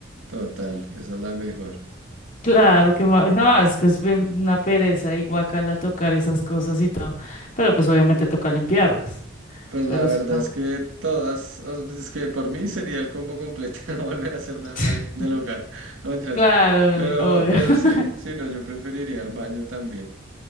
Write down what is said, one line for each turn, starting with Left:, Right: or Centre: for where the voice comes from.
Right: total, esa es la mejor.
Left: Claro que ma- no, es que es bien una pereza y guacala tocar esas cosas y todo, pero pues obviamente toca limpiarlas,
Right: Pues
Left: pero
Right: la verdad
Left: si no,
Right: es que todas, o sea, es que por mí sería el combo completo, <laughs> no volver a hacer nada
Left: <laughs>
Right: de- del hogar, no mentiras.
Left: claro,
Right: Pero,
Left: obvio.
Right: pero sí,
Left: <laughs>
Right: sí, no, yo preferiría el baño también.